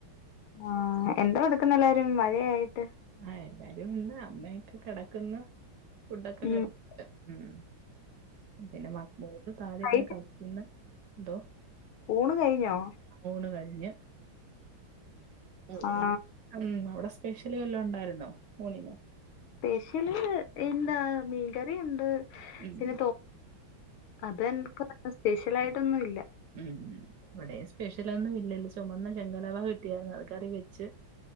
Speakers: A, on the left (about 80°); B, on the right (about 65°).
A: ആഹ് എന്താ എടുക്കുന്ന എല്ലാരും മയായിട്ട്
B: ആഹ് എല്ലാരും ഉണ്ട് അമ്മയൊക്കെ കിടക്ക്ന്ന് ഫുഡൊക്കെ
A: ഉം
B: കടിച്ചിട്ട് ഉം പിന്നെ മോത് താഴ
A: കഴിഞ്ഞ്
B: ഇന്ന് കളിക്കുന്നന്തോ
A: ഊണ് കഴിഞ്ഞോ
B: ഊണ് കഴിഞ്ഞ് ഊണ്ടി
A: ആ
B: നിപ്പം അവ്ടെ സ്പ്യഷ ല് വെല്ലണ്ടായിരുന്നൊ ഊണിന്
A: സ്പെഷ്യല് എന്താ മീൻകറി ഉണ്ട്
B: ഉം
A: പിന്നെ അത് എക്ക് സ്പെഷ്യലായിട്ടൊന്നുംല്ല
B: ഉം ഇവിടെ സ്പെഷ്യലൊന്നും ഇല്ലല്ല ചുവുമന്ന ചെങ്കലാഭാഗ കിട്ടിയായിരുന്നു അത് കറി വെച്ച്